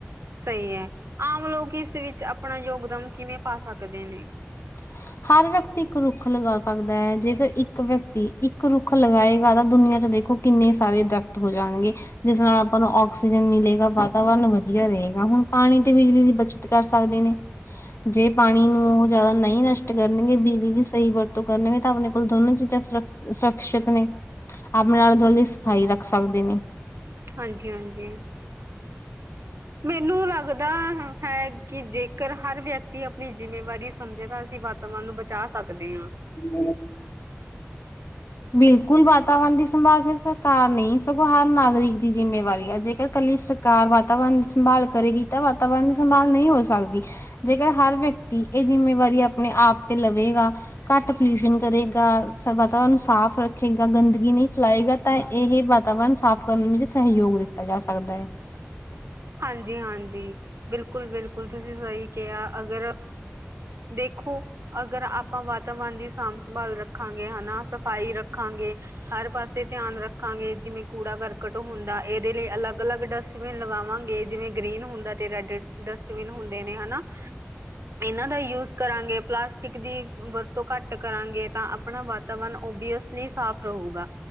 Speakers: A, on the right; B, on the left.
A: ਸਹੀ ਹੈ, ਆਮ ਲੋਕ ਇਸ ਵਿੱਚ ਆਪਣਾ ਯੋਗਦਾਨ ਕਿਵੇਂ ਪਾ ਸਕਦੇ ਨੇ?
B: <inaudible> ਹਰ ਵਿਅਕਤੀ ਇੱਕ ਰੁੱਖ ਲਗਾ ਸਕਦਾ ਹੈ, ਜੇਕਰ ਇੱਕ ਵਿਅਕਤੀ ਇੱਕ ਰੁੱਖ ਲਗਾਏਗਾ ਤਾਂ ਦੁਨੀਆਂ ਚ ਦੇਖੋ ਕਿੰਨੇ, ਸਾਰੇ ਦਰਖਤ ਹੋ ਜਾਣਗੇ, ਜਿਸ ਨਾਲ ਆਪਾਂ ਨੂੰ ਆਕਸੀਜਨ ਮਿਲੇ। ਵਾਤਾਵਰਨ ਵਧੀਆ ਰਹੇਗਾ ਹੁਣ। ਪਾਣੀ ਤੇ ਬਿਜਲੀ ਦੀ ਬੱਚਤ ਕਰ ਸਕਦੇ ਨੇ। ਜੇ ਪਾਣੀ ਨੂੰ ਉਹ ਜ਼ਿਆਦਾ ਨਹੀਂ ਨਸ਼ਟ ਕਰਨਗੇ। ਬਿਜਲੀ ਦੀ ਸਹੀ ਵਰਤੋਂ ਕਰਨਗੇ। ਤਾਂ, ਆਪਣੇ ਕੋਲ ਦੋਨੋ ਚੀਜ਼ਾਂ ਸੁਰੱਖ ਸੁਰੱਖਸ਼ਿਅਤ ਨੇ ਆਪਣੇ ਆਲੇੇ ਦੁਆਲੇ ਸਫਾਈ ਰੱਖ ਸਕਦੇ ਨੇ।
A: ਹਾਂਜੀ, ਹਾਂਜੀ ਮੈਨੂੰ ਲੱਗਦਾ ਹੈ ਕਿ ਜੇਕਰ ਹਰ ਵਿਅਕਤੀ ਆਪਣੀ ਜਿੰਮੇਵਾਰੀ ਸਮਝੇ ਤਾਂ ਅਸੀਂ ਵਾਤਾਵਰਨ ਨੂੰ ਬਚਾ ਸਕਦੇ ਆ।
B: ਹੂੰ ਬਿਲਕੁਲ ਬਾ ਵਾਤਾਵਰਨ ਦੀ ਸੰਭਾਲ ਸਿਰਫ ਸਰਕਾਰ ਨਹੀਂ, ਸਗੋਂ ਹਰ ਨਾਗਰਿਕ ਦੀ ਜਿੰਮੇਵਾਰੀ ਆ ਜੇਕਰ ਇਕੱਲੀ ਕਾਰ ਵਾਤਾਵਰਨ ਸੰਭਾਲ ਕਰੇਗੀ ਤਾਂ ਵਾਤਾਵਰਨ ਦੀ ਸੰਭਾਲ ਨਹੀਂ ਹੋ ਸਕਦੀ। ਜੇਕਰ ਹਰ ਵਿਅਕਤੀ ਇਹ ਜਿੰਮੇਵਾਰੀ ਆਪਣੇ ਆਪ ਤੇ ਲਵੇਗਾ ਘੱਟ ਪੋਲਿਊਸ਼ਨ ਕਰੇਗਾ। ਵਾਤਾਵਰਨ ਸਾਫ਼ ਰੱਖੇਗਾ ਗੰਦਗੀ ਨਹੀਂ ਫੈਲਾਏਗਾ। ਤਾਂ, ਇਹ ਵਾਤਾਵਰਨ ਸਾਫ਼ ਕਰਨ ਵਿੱਚ ਸਹਿਯੋਗ ਦਿੱਤਾ ਜਾ ਸਕਦਾ ਹੈ।
A: ਹਾਂਜੀ, ਹਾਂਜੀ ਬਿਲਕੁਲ, ਬਿਲਕੁਲ ਤੁਸੀਂ ਸਹੀ ਕਿਹਾ। ਅਗਰ ਦੇਖੋ ਅਗਰ ਆਪਾਂ ਵਾਤਾਵਰਨ ਦੀ ਸਾਂਭ ਸੰਭਾਲ ਰੱਖਾਂਗੇ ਹਨਾ ਸਫ਼ਾਈ ਰੱਖਾਂਗੇ। ਹਰ ਪਾਸੇ ਧਿਆਨ ਰੱਖਾਂਗੇ। ਜਿਵੇਂ ਕੂੜਾ ਕਰਕਟ ਹੁੰਦਾ ਇਹਦੇ ਲਈ ਅਲੱਗ ਅਲੱਗ ਡਸਟ ਜਿਵੇਂ ਲਗਾਵਾਂਗੇ। ਜਿਵੇਂ ਗਰੀਨ ਹੁੰਦਾ ਤੇ ਰੈੱਡ ਡਸਟਬਿਨ ਹੁੰਦੇ ਨੇ ਹਨਾ ਇਹਨਾਂ ਦਾ ਯੂਜ ਕਰਾਂਗੇ। ਪਲਾਸਟ ਦੀ ਵਰਤੋਂ ਘੱਟ ਕਰਾਂਗੇ ਤਾਂ ਆਪਣਾ ਵਾਤਾਵਰਨ ਓਅਸਲੀ ਸਾਫ ਰਹੂਗਾ।